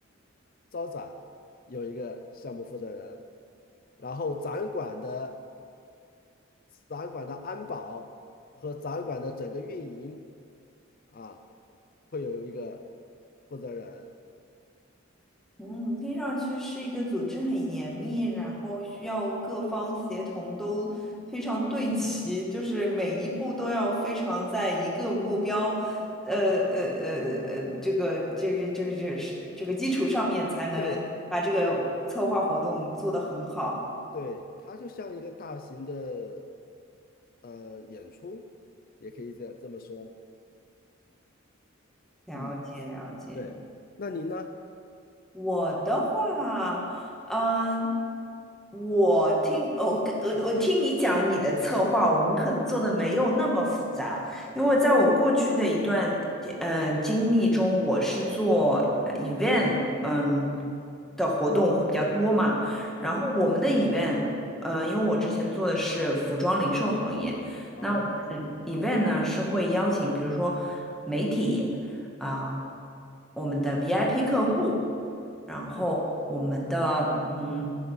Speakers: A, on the left; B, in the centre.
A: 招展有一个项目负责人，然后展馆的展览馆的安保和展览馆的整个运营啊，会有一个负责人。
B: 嗯，听上去是一个组织很严密，然后需要各方协同都非常对齐，就是每一步都要非常在一个目标，呃呃呃呃，这个这个这个这个是这个基础上面才能把这个策划活动做得很好。
A: 对对，它就像一个大型的呃演出，也可以这样这么说。
B: 了解了解。
A: 嗯，对。那您呢？
B: 我的话，嗯，我听我跟我我听你讲你的策划，我们可能做的没有那么复杂，因为在我过去的一段嗯、呃经历中，我是做呃 event 嗯、
A: 嗯
B: 的活动会比较多嘛，
A: 嗯，
B: 然后我们的 event 嗯呃，因为我之前做的是服装零售行业，
A: 哦，
B: 那我们 event 呢是会邀请比如说媒体。啊、
A: 嗯
B: 我们的 VIP 客户，然后我们的嗯
A: 嗯，